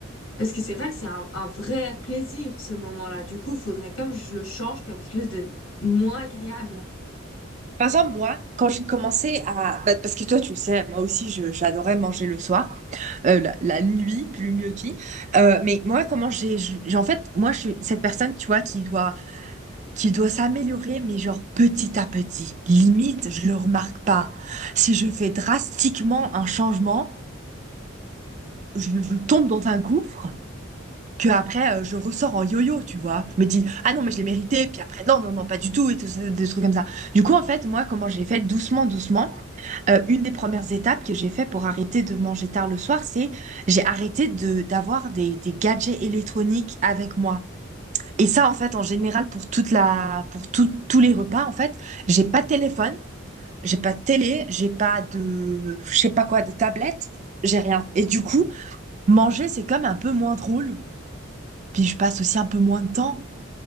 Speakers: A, on the left (about 80°); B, on the right (about 35°).
A: Parce que c'est vrai que c'est un, un vrai plaisir, ce moment-là. Du coup, faudrait comme je le change, comme quelque chose de moins agréable.
B: Par exemple, moi, quand j'ai commencé à... bah, parce que toi, tu sais, moi aussi, je, j'adorais manger le soir, euh, la, la nuit, plus mieux dit. Euh, mais moi, comment j'ai... je- j'ai- En fait, moi, je suis cette personne, tu vois, qui doit, qui doit s'améliorer, mais genre petit à petit. Limite, je le remarque pas. Si je fais drastiquement un changement... je, je tombe dans un gouffre que après euh, je ressors en yo-yo, tu vois. Je me dis ah non mais je l'ai mérité, puis après non non non pas du tout et tout ça, des trucs comme ça. Du coup en fait moi comment j'ai fait doucement doucement, euh, une des premières étapes que j'ai fait pour arrêter de manger tard le soir, c'est j'ai arrêté de d'avoir des des gadgets électroniques avec moi. Et ça en fait en général pour toute la pour tout- tous les repas en fait, j'ai pas de téléphone, j'ai pas de télé, j'ai pas de je sais pas quoi de tablette, j'ai rien. Et du coup Manger, c'est comme un peu moins drôle. Puis je passe aussi un peu moins de temps